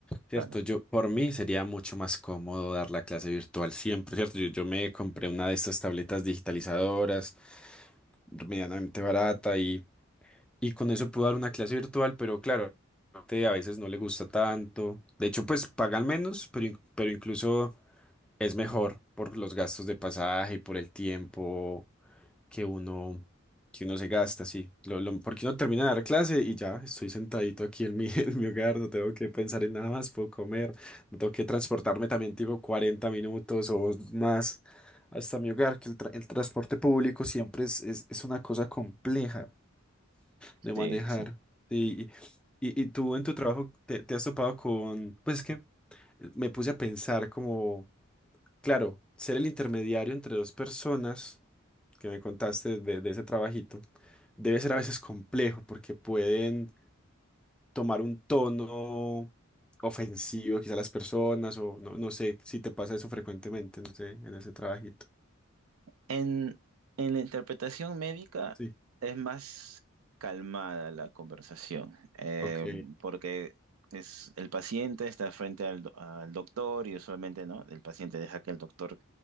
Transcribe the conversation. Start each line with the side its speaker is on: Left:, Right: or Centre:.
Centre: ¿cierto?
Right: Claro,
Centre: Yo, por mí sería mucho más cómodo dar la clase virtual siempre, ¿cierto? Yo, yo me compré una de estas tabletas digitalizadoras, medianamente barata y, y con eso puedo dar una clase virtual, pero claro, a veces no le gusta tanto. De hecho, pues pagan menos, pero, in- pero incluso... es mejor por los gastos de pasaje y por el tiempo que uno, que uno se gasta, sí. Lo, lo- porque uno termina de dar clase y ya estoy sentadito aquí en mi, <laughs> en mi hogar, no tengo que pensar en nada más, puedo comer, no tengo que transportarme también tipo 40 minutos o más hasta mi hogar, que el, tra- el transporte público siempre es, es, es una cosa compleja de
Right: sí,
Centre: manejar.
Right: sí.
Centre: Sí, y, y, y tú en tu trabajo te, te has topado con, pues es que me puse a pensar como... Claro, ser el intermediario entre dos personas que me contaste de, de ese trabajito debe ser a veces complejo porque pueden tomar un tono ofensivo quizá a las personas o no, no sé si te pasa eso frecuentemente en ese, en ese trabajito.
Right: En, en la interpretación médica
Centre: Sí.
Right: es más calmada la conversación, eh,
Centre: Ok,
Right: porque es, el paciente está frente al, do- al doctor y usualmente ¿no? el paciente deja que el doctor